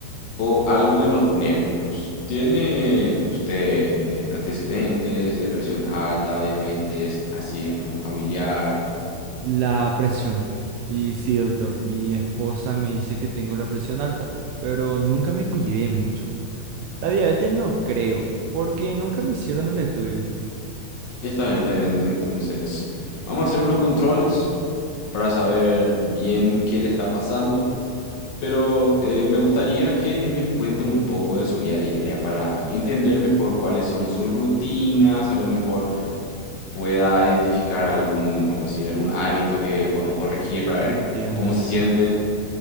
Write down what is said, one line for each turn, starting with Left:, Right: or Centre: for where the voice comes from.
Left: o algo en los nervios. ¿Tiene usted eh, antecedentes, depresión alta o diabetes, así algún familiar?
Right: La presión. Y sí, doctor, mi esposa me dice que tengo la presión alta, pero nunca me cuidé mucho. La diabetes no creo, porque nunca me hicieron el estudio.
Left: Está bien, está bien. Entonces, vamos a hacer unos controles para saber bien qué le está pasando, pero eh, me gustaría que me cuente un poco de su vida diaria para entender mejor cuáles son sus rutinas, a lo mejor pueda identificar algún, vamos a decir, algún hábito que podamos corregir para ver
Right: Entiendo,
Left: cómo
Right: entiendo.
Left: se siente.